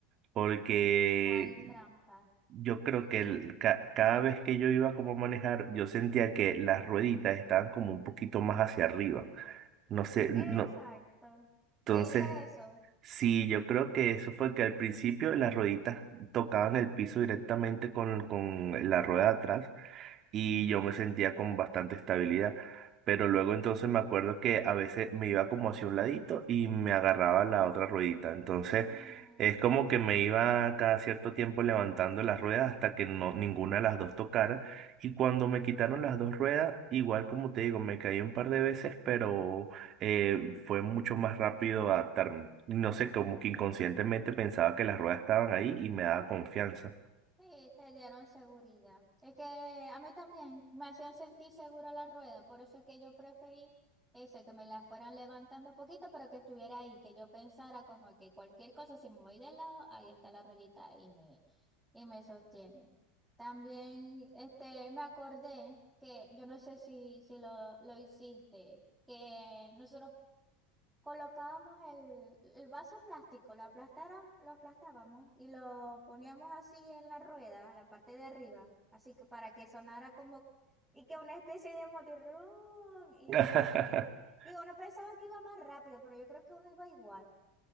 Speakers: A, on the right; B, in the centre.
A: porque
B: ¿Cuál trampa?
A: yo creo
B: Ne-
A: que el- ca- cada vez que yo iba como a manejar, yo sentía que las rueditas estaban como un poquito más hacia arriba. No sé,
B: Exacto.
A: no, entonces,
B: ¿Te hizo eso?
A: sí, yo creo que eso fue que al principio las rueditas tocaban el piso directamente con, con la rueda de atrás y yo me sentía con bastante estabilidad. Pero luego entonces me acuerdo que a veces me iba como hacia un ladito y me agarraba la otra ruedita. Entonces
B: Mm,
A: es como que me iba cada cierto tiempo levantando las ruedas hasta que no, ninguna de las dos tocara. Y cuando me quitaron las dos ruedas, igual como te digo, me caí un par de veces, pero eh, fue mucho más rápido adaptarme. No sé, como que inconscientemente pensaba que las ruedas estaban ahí y me daba confianza.
B: Sí, te dieron seguridad. Es que a mí también me hacían sentir segura la rueda, por eso es que yo preferí eso, que me la fueran levantando un poquito, pero que estuviera ahí, que yo pensara como que cualquier cosa, si me voy de lado, ahí está la ruedita y me, y me sostiene. También este, me acordé que, yo no sé si, si lo, lo hiciste, que nosotros colocábamos el, el vaso plástico, lo aplastaron, lo aplastábamos y lo poníamos así en la rueda, la parte de arriba, así que para que sonara como y que una especie de motirrón y
A: <laughs>
B: se sentir. Y uno pensaba que iba más rápido, pero yo creo que uno iba igual.